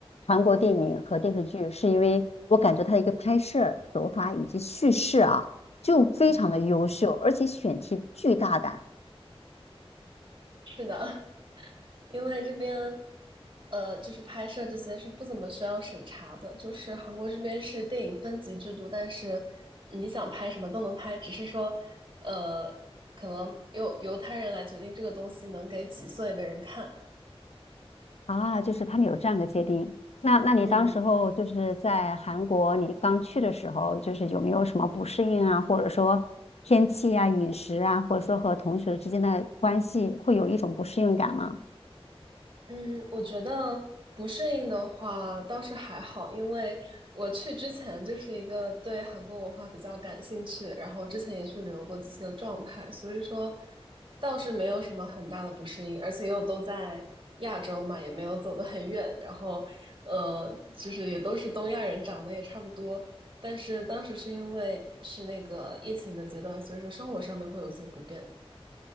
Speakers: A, on the left (about 85°); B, on the right (about 50°).
A: 韩国电影和电视剧，
B: 嗯，
A: 是因为我感觉它的一个拍摄手法以及叙事啊，就非常的优秀，
B: 嗯，
A: 而且选题巨大胆。
B: 是的，<laughs> 因为这边呃，就是拍摄这些是不怎么需要审查的，就是韩国这边是电影分级制度，但是你想拍什么都能拍，只是说呃，可能由由他人来决定这个东西能给几岁的人看。
A: 啊，就是他们有这样的界定。那那你当时候就是在韩国，
B: 嗯。
A: 你刚去的时候，就是有没有什么不适应啊，或者说天气啊、饮食啊，或者说和同学之间的关系，会有一种不适应感吗？
B: 嗯，我觉得不适应的话倒是还好，因为我去之前就是一个对韩国文化比较感兴趣，然后之前也去旅游过几次的状态，所以说倒是没有什么很大的不适应，而且又都在亚洲嘛，也没有走得很远，然后呃，就是也都是东亚人，长得也差不多，但是当时是因为是那个疫情的阶段，所以说生活上面会有些不便。